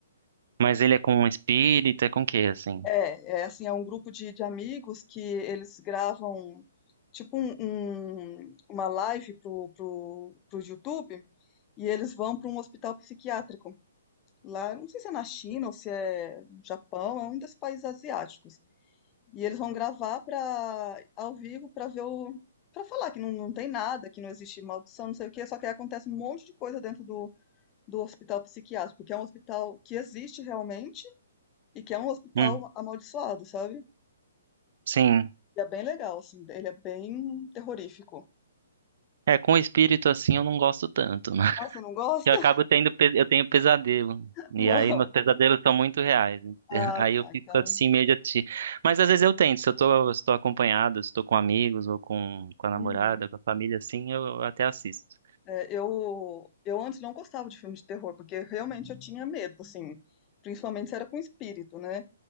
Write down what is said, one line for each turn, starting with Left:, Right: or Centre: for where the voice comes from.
Right: Mas ele é com um espírito, é com o quê, assim?
Left: É, é assim, é um grupo de, de amigos que eles gravam tipo um- um- uma live pro, pro, pro YouTube e eles vão para um hospital psiquiátrico. lá, não sei se é na China ou se é no Japão, é um desses países asiáticos. E eles vão gravar para ao vivo para ver o para falar que não, não tem nada, que não existe maldição, não sei o quê, só que aí acontece um monte de coisa dentro do, do hospital psiquiátrico, porque é um hospital que existe realmente e que é um hospital
Right: Hum,
Left: amaldiçoado, sabe?
Right: sim.
Left: E é bem legal, assim, ele é bem terrorífico.
Right: É, com espírito assim eu não gosto tanto, <laughs>
Left: Ah, você não gosta?
Right: que eu acabo tendo, pe- eu tenho pesadelo.
Left: <laughs>
Right: E
Left: Uau!
Right: aí meus pesadelos são muito reais. <laughs>
Left: Ah,
Right: Aí
Left: tá,
Right: eu fico
Left: então.
Right: assim meio de assistir. Mas às vezes eu tento, se eu tô, se tô acompanhado, se tô com amigos ou com, com a namorada,
Left: uhum.
Right: com a família, assim, eu até assisto.
Left: É, eu, eu antes não gostava de filme de terror, porque realmente eu tinha medo, assim, principalmente se era com espírito, né?